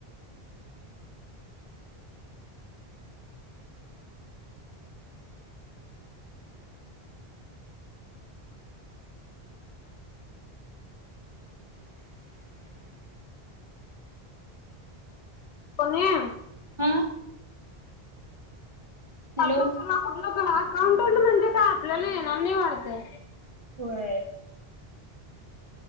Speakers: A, on the left; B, on the right.
A: <inaudible> <unintelligible> पण्या
B: हा हॅलो
A: <unintelligible> तुला कुठलं अकाउंट म्हणजे काय आपल्याला येणार नाही वाटते
B: होय